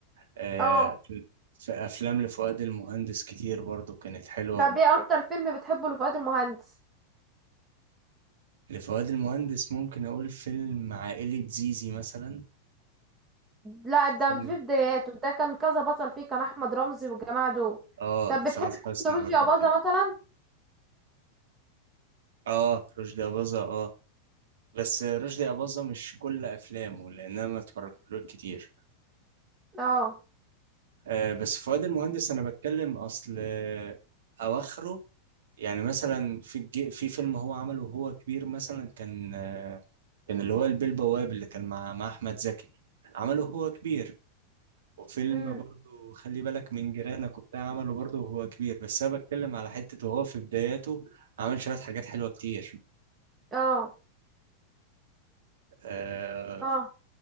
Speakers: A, on the right (about 60°); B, on the right (about 20°).
A: آه،
B: اه
A: في افلام لفؤاد المهندس كتير برضو كانت حلوة
B: طب ايه اكتر فيلم بتحبه لفؤاد المهندس
A: لفؤاد المهندس ممكن اقول فيلم عائلة زيزي مثلا
B: لا ده
A: فيلم
B: في بداياته ده كان كذا بطل فيه كان احمد رمزي والجماعه دول
A: اه
B: طب
A: وسعاد
B: بتحب
A: حسني
B: فيروز
A: برضو
B: يا بازا
A: كده
B: مثلا
A: اه رشدي أباظة اه بس رشدي أباظة مش كل أفلامه لأن أنا ما اتفرجتلوش كتير
B: اه
A: آه، بس فؤاد المهندس انا بتكلم اصل آه، اواخره يعني مثلا في الج- في فيلم هو عمله وهو كبير مثلا كان آه، كان اللي هو البيه البواب اللي كان مع مع احمد زكي عمله هو كبير وفيلم
B: امم
A: برضه خلي بالك من جيرانك وبتاع عمله برضه وهو كبير بس انا بتكلم على حتة وهو في بداياته عمل شوية حاجات حلوة كتير
B: اه
A: آه،
B: اه